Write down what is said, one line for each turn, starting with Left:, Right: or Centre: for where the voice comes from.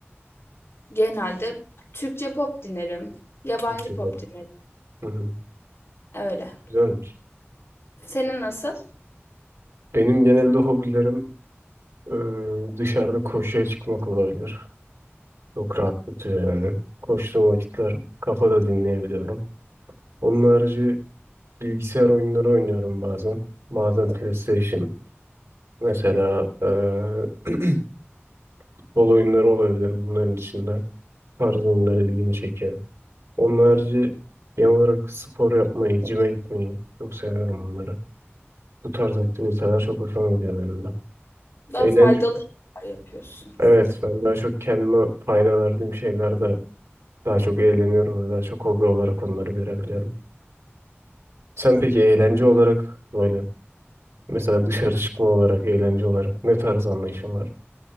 Left: Genelde Türkçe pop dinlerim. Yabancı
Right: Türkçe
Left: pop
Right: falan.
Left: dinlerim.
Right: Hı hı.
Left: Öyle.
Right: Güzelmiş.
Left: Senin nasıl?
Right: Benim genelde hobilerim e, dışarıda koşuya çıkmak olabilir. Çok rahatlatıyor yani. Koştuğum vakitler kafada dinleyebiliyorum. Onun harici bilgisayar oyunları oynuyorum bazen. Bazen PlayStation. Mesela e, <clears throat> Futbol oyunları olabilir bunların içinde. Tarz oyunlar ilgimi çekiyor. Onun harici genel olarak spor yapmayı, cime gitmeyi çok seviyorum onları. Bu tarz aktiviteler çok hoşuma gidiyor benim de.
Left: Daha
Right: Eğlence,
Left: faydalı şeyler yapıyorsun.
Right: evet ben daha çok kendime fayda verdiğim şeylerde daha çok eğleniyorum ve daha çok hobi olarak onları görebiliyorum. Sen peki eğlence olarak böyle mesela dışarı çıkma olarak, eğlence olarak ne tarz anlayışın var?